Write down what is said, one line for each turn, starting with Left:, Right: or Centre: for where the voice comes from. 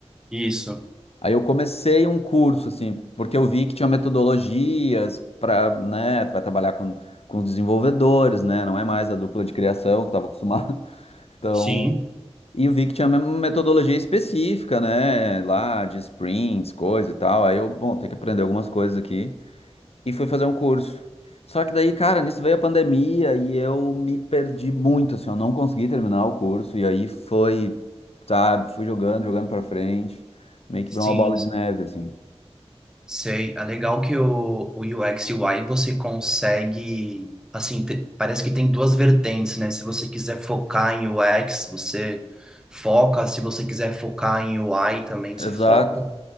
Centre: isso.
Left: Aí eu comecei um curso, assim, porque eu vi que tinha metodologias para, né, tu vai trabalhar com, com os desenvolvedores, né, não é mais a dupla de criação que eu estava acostumado. <laughs> Então,
Centre: Sim,
Left: e eu vi que tinha uma metodologia específica, né, lá de sprints, coisa e tal. Aí eu, bom, tem que aprender algumas coisas aqui. E fui fazer um curso. Só que daí, cara, nisso veio a pandemia e eu me perdi muito, assim, eu não consegui terminar o curso. E aí foi, sabe, fui jogando, jogando para frente, meio que
Centre: sim,
Left: virou uma bola de neve, assim.
Centre: Sei, é legal que o, o UX e UI você consegue, assim, te- parece que tem duas vertentes, né? Se você quiser focar em UX, você foca, se você quiser focar em UI também,
Left: Exato.
Centre: você foca.